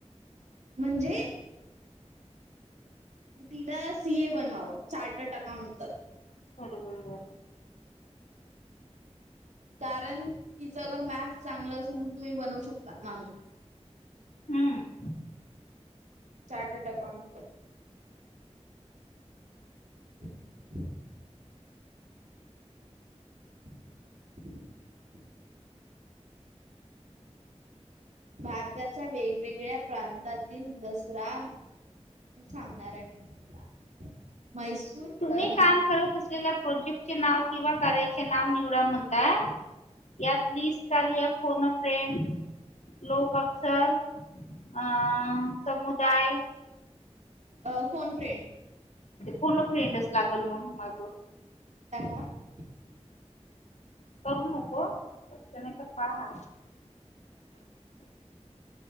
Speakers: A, on the right; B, on the left.
A: म्हणजे तिला सी ए बनवावं चार्टर्ड अकाउंट तर.
B: बरोबर बरोबर.
A: कारण तिचं मॅथ्स चांगलं असेल तुम्ही बनवू शकता मामी.
B: हम्म.
A: चार्टड अकाउंटर. <unintelligible> <inaudible> भारताच्या वेगवेगळ्या प्रांतातील दसरा ते सांगणार आहे मी तुम्हाला मैसूर
B: तुम्ही
A: करण
B: काम करत असलेल्या प्रोजेक्टचे नाव किंवा कार्याचे नाव निवडा म्हणता यात लिस्ट ली आहे फोन फ्रेड लोक अक्सर अ समुदाय
A: अ फोन फ्रें
B: पूर्ण फ्रेंडच लागल मग माग
A: नाहीय क
B: करू नको त्याने का पहा